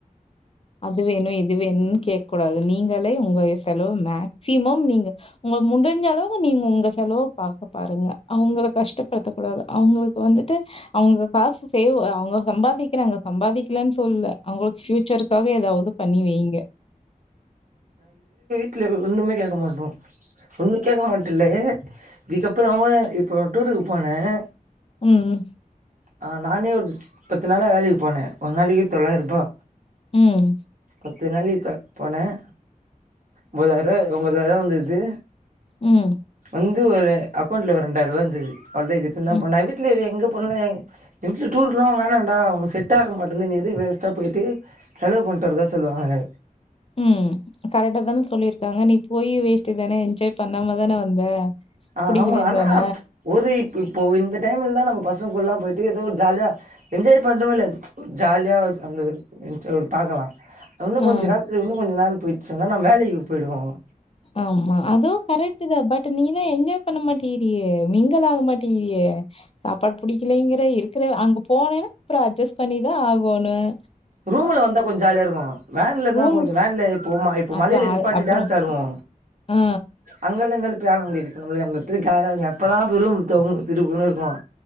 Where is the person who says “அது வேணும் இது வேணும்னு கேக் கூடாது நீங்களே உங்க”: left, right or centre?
Left